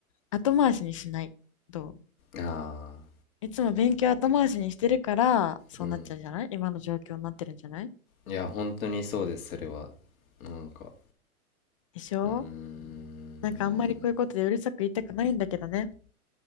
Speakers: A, on the left (about 25°); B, on the left (about 65°).
A: 後回しにしない。どう
B: ああ、
A: いつも勉強後回しにしてるから、そうなっちゃうんじゃない今の状況になってるんじゃない
B: うん。いや、本当にそうです、それは。なんか、
A: でしょ
B: うーん、
A: なんかあんまりこういうことでうるさく言いたくないんだけどね。